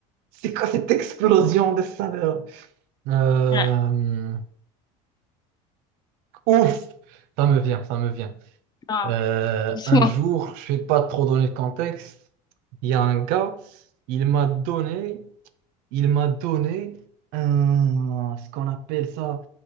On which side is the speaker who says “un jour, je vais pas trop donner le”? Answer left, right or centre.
Right